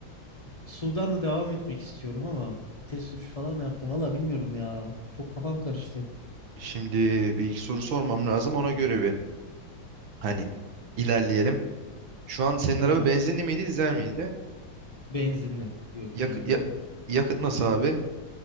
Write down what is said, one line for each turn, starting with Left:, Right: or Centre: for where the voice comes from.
Left: Sudan'da devam etmek istiyorum ama test sürüş falan da yaptım. Valla bilmiyorum ya. Çok kafam karıştı.
Right: Şimdi bir iki soru sormam lazım ona göre bir. Hani ilerleyelim. Şu an senin
Left: Tamam.
Right: araba benzinli miydi dizel miydi?
Left: Benzinli. Yok
Right: Yak
Left: benzinli.
Right: ya- yakıt nasıl abi?